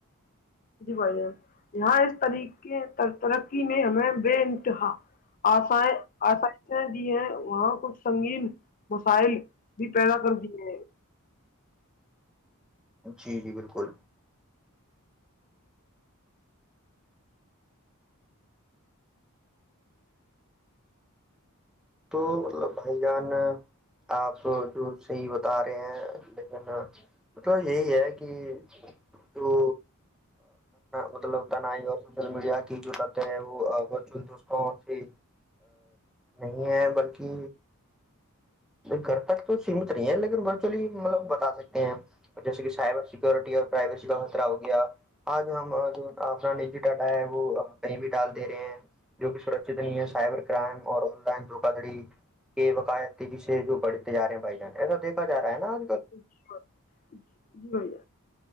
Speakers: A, on the left; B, in the centre.
A: جی بھائی یہاں اس طاریخ ترقی نے ہمیں وٹ ہے آسائیں آسانی بھی ہیں وہاں کچھ سنگین م فائل بھی پیدا کر دی ہے
B: جی جی بالکل تو مطلب بھائی جان آپ جو صحیح بتا رہے ہیں لیکن مطلب یہی ہے کہ جو مطلب تنائی اور سوشل میڈیا کی جوورت ہے وہ ورچل دوستوں سے نہیں ہے بلکہ گھر تک تو سیمت نہیں ہے لیکن ورچولی مطلب بتا سکتے ہیں جیسے کہ سائبر سیکورٹی اور پرائیویسی کا خطرہ ہو گیا آج ہم جو اپنا نجی ڈاٹا ہے وہ نہیںیں بھی ڈال دے رہے ہیں جو کہ سرکچت نہیں ہے سائبر کرائم اور آن لائن دھوکا دھڑی کے بقاعد تیزی سے جو بڑھتے جا رہے بھائی جان ایسایکھا ہے نا آ
A: جی ج